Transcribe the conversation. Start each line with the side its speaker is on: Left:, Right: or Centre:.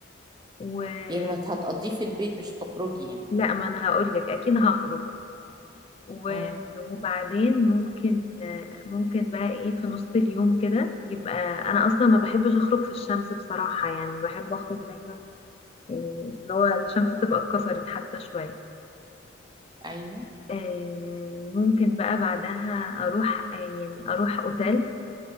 Left: ولا
Right: يعني ما هتقضيه في البيت مش تخرجي يعني
Left: ما انا هقول لك اكيد هخرج و-
Right: امم
Left: وبعدين ممكن ممكن بقى ايه في نص اليوم كده يبقى انا اصلا ما بحبش اخرج في الشمس بصراحة يعني بحب اخرج دايما يعني في اللي هو الشمس تبقى اتكسرت حتى شوية
Right: ايوه
Left: آه، ممكن بقى بعدها اروح آه، يعني اروح اوتيل